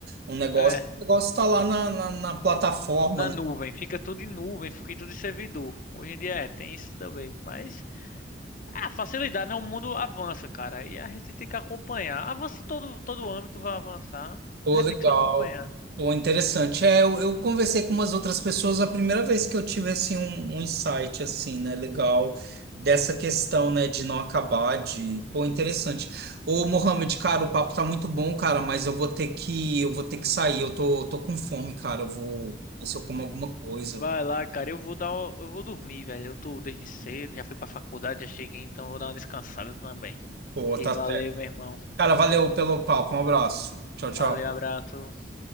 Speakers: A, on the right; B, on the left.
A: um, um negócio.
B: É,
A: O negócio está lá na, na, na plataforma,
B: na nuvem. Fica tudo em nuvem, fica tudo em servidor. Hoje em dia é, tem isso também. Mas Ah, facilidade, né? O mundo avança, cara. E a gente tem que acompanhar. Avança em todo, todo âmbito, vai avançar.
A: Pô,
B: A gente
A: legal.
B: tem que só acompanhar.
A: Pô, interessante. É, eu, eu conversei com umas outras pessoas a primeira vez que eu tive assim, um, um insight assim, né? Legal, dessa questão, né, de não acabar, de. Pô, interessante. Ô, Mohamed, cara, o papo tá muito bom, cara, mas eu vou ter que, eu vou ter que sair. Eu tô, tô com fome, cara. Eu vou ver se eu como alguma coisa.
B: Vai lá, cara. Eu vou dar, uma- eu vou dormir, velho. Eu tô desde cedo, já fui pra faculdade, já cheguei, então eu vou dar uma descansada também.
A: Pô,
B: E
A: tá
B: valeu,
A: certo.
B: meu irmão.
A: Cara, valeu pelo papo. Um abraço. Tchau, tchau.
B: Valeu, abraço.